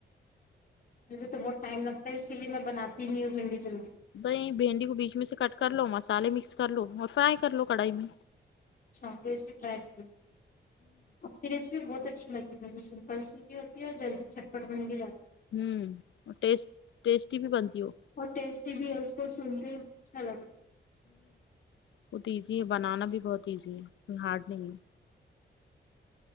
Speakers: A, on the left; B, on the left.
A: مجھے تو بہت ٹائم لگتا ہے اسی لیے میں بناتی نہی ہوں بھنڈی جلدی
B: بھائی بھنڈی کو بیچ میں سے کٹ کر لو مصالے مکس کر لو اور فرائی کر لو کڑھائی میں
A: اچھا پھر سے ٹرائی کرتی ہوں یہ ریسیپی بہت اچھی لگی مجھے سمپل سی بھی ہوتی ہے اور جلدی چھٹ پٹ بن بھی جاتی ہے
B: ہوں اور ٹیس ٹیسٹی بھی بنتی وہ
A: اور ٹیسٹی بھی ہے اس کو سنتے اچھا لگا
B: بہت ایزی ہے بنانا بھی بہت ایزی ہے ہارڈ نہیں ہے